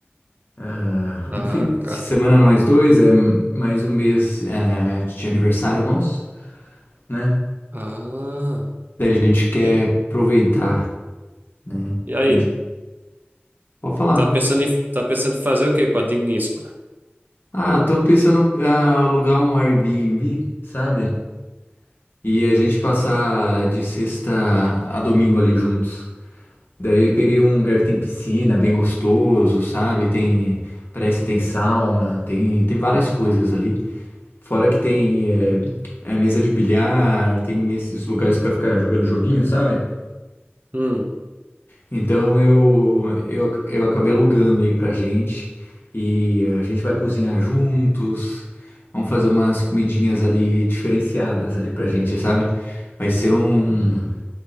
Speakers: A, on the left; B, on the right.
A: Ah,
B: Ah,
A: um fim
B: cara.
A: de semana nós dois, é mais um mês eh, de aniversário nosso, né?
B: Ah.
A: Daí a gente quer
B: E,
A: aproveitar, né?
B: e aí?
A: A gente pode falar.
B: Tá pensando em, tá pensando em fazer o quê com a digníssima?
A: Ah, tô pensando em alugar um Airbnb, sabe? e a gente passar de sexta a domingo ali juntos. Daí peguei um lugar que tem piscina, bem gostoso, sabe? Tem, parece que tem sauna, tem, tem várias coisas ali. Fora que tem é, é, mesa de bilhar, tem esses lugares pra ficar jogando joguinho, sabe?
B: Hum.
A: Então eu, eu, eu acabei alugando aí pra gente e a gente vai cozinhar juntos, vamos fazer umas comidinhas ali diferenciadas ali pra gente, sabe? Vai ser um,